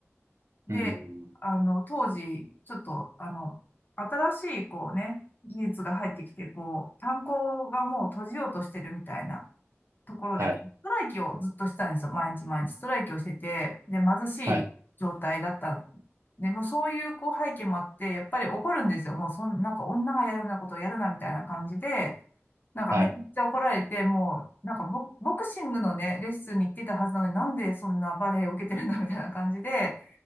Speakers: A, on the left; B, on the right.
A: で、
B: うーん。
A: あの、当時、ちょっと、あの、新しい、こうね、技術が入ってきて、こう、炭鉱がもう閉じようとしてるみたいなところで、
B: はい、
A: ストライキをずっとしてたんですよ。毎日毎日ストライキをしてて、で、貧しい状態だったんで。
B: はい、
A: で、もうそういう、こう、背景もあって、やっぱり怒るんですよ。もう、そん、なんか女がやるようなことをやるな、みたいな感じで、なんかめっちゃ怒られて、
B: はい。
A: もう、なんかボ、ボクシングのね、レッスンに行ってたはずなのに、なんでそんなバレエを受けてるんだ、みたいな感じで、